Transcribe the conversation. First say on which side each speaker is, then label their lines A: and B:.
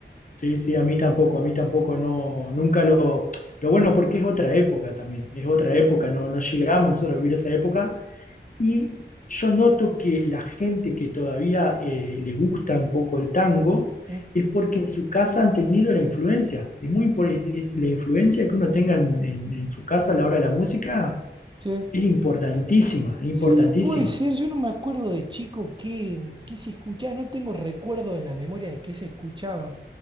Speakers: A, on the left (about 45°); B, on the right (about 25°).
A: Sí, sí, a mí tampoco, a mí tampoco, no, nunca lo... Lo bueno porque es otra época también, es otra época, no, no llegamos nosotros a vivir esa época y yo noto que la gente que todavía eh, le gusta un poco el tango
B: ¿Mm?
A: es porque en su casa han tenido la influencia, es muy impor- es la influencia que uno tenga en, en- en su casa a la hora de la música
B: Sí.
A: es importantísima, es importantísima.
B: Sí, puede ser. Yo no me acuerdo de chico qué, qué se escuchaba. No tengo recuerdo en la memoria de qué se escuchaba.